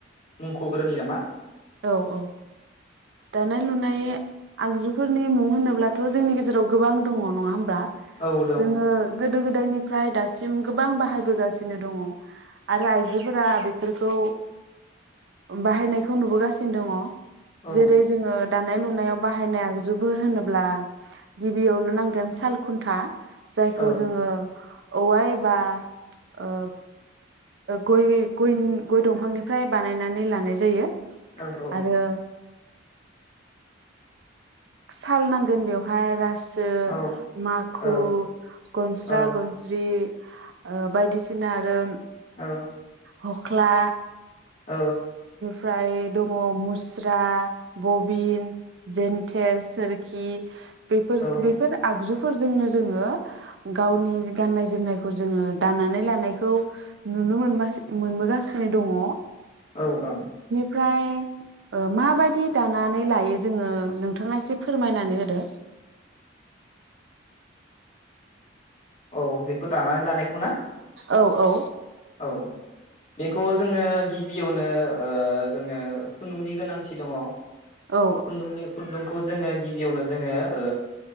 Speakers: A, on the left (about 40°); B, on the right (about 65°).
A: मुंख'ग्रोनि नामा?
B: औ औ दानाय लुनाय आगजुफोरनि मुं होनोब्लाथ' जोंनि गेजेराव गोबां दङ नङा होनब्ला?
A: औ दं
B: जोङो गोदो- गोदाय गोदायनिफ्राय दासिम गोबां बाहायबोगासिनो दङ। आरो आइजोफोरा बे बेफोरखौ बाहायनायखौ नुबोगा सिनो दङ।
A: औ
B: जेरै जोङो दानाय लुनायाव बाहायनाय‌ आगजु बो होनोब्ला गिबियावनो नांगोन साल खुन्था। जायखौ
A: औ
B: जोङो औवा एबा ओ गइ गइ गइ दंफांनिफ्राय बानायनानै लानाय जायो।
A: औ औ।
B: आरो साल नांगोन बेवहाय रा सो
A: औ
B: माखु
A: औ
B: गनस्रा
A: औ
B: गनस्रि ओ बायदिसिना आरो
A: औ।
B: हख्ला।
A: औ।
B: ओमफ्राय दङ' मुस्रा बबिन जेन थेर सोरखि बेफोर
A: औ
B: बेफोर आगजु फोरजोंनो जोङो गावनि गाननाय जोमनायखौ जोङो दानानै लानायखौ नुनो मोनबासि मोनबोगासिनो दङ'।
A: औ औ।
B: ओमफ्राय माबायदि दानानै लायो जोङो नोंथ नोंथाङा एसे फोरमायनानै होदो।
A: औ जेखौ दानानै लानायखौ ना?
B: औ औ।
A: औ बेखौ जोङो गिबियावनो ओ जोङो खुन्दुंनि गोनांथि दङ'।
B: औ
A: खुन्दुंनि खुन्दुंखौ जोङो गिबियावनो जोङो ओ